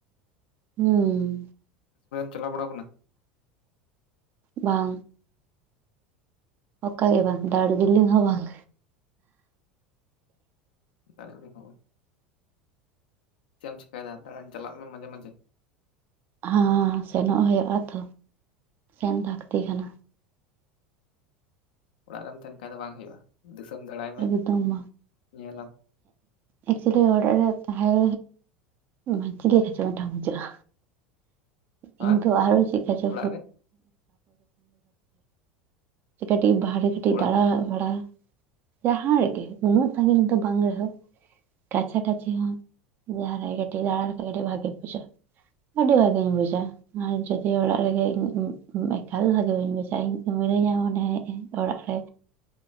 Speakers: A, on the right (about 40°); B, on the left (about 70°).
A: ᱦᱮᱸ
B: ᱪᱟᱞᱟᱣ ᱵᱟᱲᱟ ᱟᱠᱟᱱᱟ
A: ᱵᱟᱝ ᱚᱠᱟ ᱜᱮ ᱵᱟᱝ ᱫᱟᱨᱡᱤᱞᱤᱝ ᱦᱚᱸ ᱵᱟᱝ
B: ᱫᱟᱨᱤ ᱠᱷᱚᱵᱚᱨ ᱪᱮᱫ ᱮᱢ ᱪᱤᱭᱟᱹ ᱫᱟᱢ ᱫᱟᱬᱟᱱ ᱪᱟᱞᱟᱜ ᱢᱮ ᱢᱟᱡᱷᱮ ᱢᱟᱡᱷᱮ
A: ᱦᱮᱸ ᱥᱮᱱᱚᱜ ᱦᱩᱭᱩᱜ ᱟ ᱛᱚ ᱥᱮᱱ ᱞᱟᱹᱠᱛᱤ ᱠᱟᱱᱟ
B: ᱚᱲᱟᱜ ᱨᱮᱢ ᱛᱟᱦᱮᱱ ᱠᱷᱟᱡ ᱫᱚ ᱵᱟᱝ ᱦᱩᱭᱩᱜᱼᱟ ᱫᱤᱥᱚᱢ ᱫᱟᱬᱟᱭ ᱢᱮ
A: ᱮᱠᱫᱚᱢ ᱵᱟᱝ
B: ᱧᱮᱞᱟᱢ
A: ᱚᱠᱪᱩᱞᱤ ᱚᱲᱟᱜ ᱨᱮ ᱛᱟᱦᱮᱸ ᱢᱚᱡᱽ ᱜᱮ ᱜᱟᱪᱴᱷᱟ ᱵᱩᱡᱷᱟᱹᱜᱼᱟ
B: ᱟᱨ
A: ᱤᱧ ᱫᱚ ᱟᱨᱚ ᱪᱮᱠᱟ ᱪᱚ
B: ᱚᱲᱟᱜ ᱨᱮ
A: <inaudible> ᱠᱟᱹᱴᱤᱡ ᱵᱟᱦᱨᱮ ᱠᱟᱹᱴᱤᱡ
B: ᱚᱲᱟᱜ
A: ᱫᱟᱸᱬᱟ ᱵᱟᱲᱟ ᱡᱟᱦᱟᱸ ᱨᱮᱜᱮ ᱩᱱᱟᱹᱜ ᱥᱟᱺᱜᱤᱧ ᱫᱚ ᱵᱟᱝ ᱨᱮᱦᱚᱸ ᱠᱟᱪᱷᱟ ᱠᱟᱪᱷᱤ ᱦᱚᱸ ᱡᱟᱦᱟᱨᱮ ᱠᱟᱹᱴᱤᱡ ᱫᱟᱸᱬᱟ ᱠᱟᱛᱮ ᱠᱟᱹᱴᱤᱡ ᱵᱷᱟᱜᱮ ᱵᱩᱡᱷᱟᱹᱜ -ᱟ᱾ ᱟᱹᱰᱤ ᱵᱷᱟᱹᱜᱤᱧ ᱵᱩᱡᱟ ᱟᱨ ᱡᱩᱫᱤ ᱚᱲᱟᱜ ᱨᱮᱜᱮ ᱮᱠᱟᱞ ᱵᱷᱟᱹᱜᱤ ᱵᱟᱹᱧ ᱵᱩᱡᱟ ᱤᱧ ᱤᱧ ᱟᱜ ᱦᱚ ᱚᱱᱮ ᱚᱲᱟᱜ ᱨᱮ